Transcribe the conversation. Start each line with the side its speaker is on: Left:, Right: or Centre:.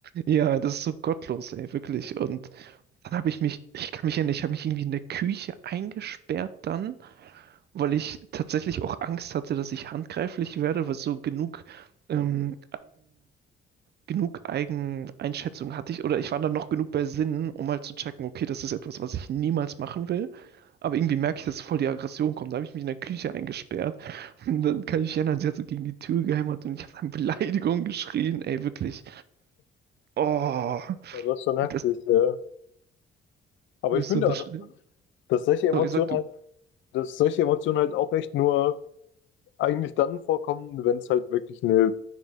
Right: Ja, das ist so gottlos, ey, wirklich. Und dann habe ich mich, ich kann mich erinnern, ich habe mich irgendwie in der Küche eingesperrt dann, weil ich tatsächlich auch Angst hatte, dass ich handgreiflich werde, weil so genug ähm, genug Eigeneinschätzung hatte ich oder ich war dann noch genug bei Sinnen, um halt zu checken, okay, das ist etwas, was ich niemals machen will. Aber irgendwie merke ich, dass voll die Aggression kommt. Da habe ich mich in der Küche eingesperrt. <laughs> Und dann kann ich mich erinnern, sie hat so gegen die Tür gehämmert und ich habe dann Beleidigungen geschrien. Ey, wirklich. Oh,
Left: ja, das ist schon heftig,
Right: das
Left: ja. Aber
Right: ist
Left: ich finde,
Right: so das
Left: dass,
Right: Schlimme.
Left: dass solche Emotionen
Right: Sorry, sag du.
Left: halt, dass solche Emotionen halt auch echt nur eigentlich dann vorkommen, wenn es halt wirklich eine,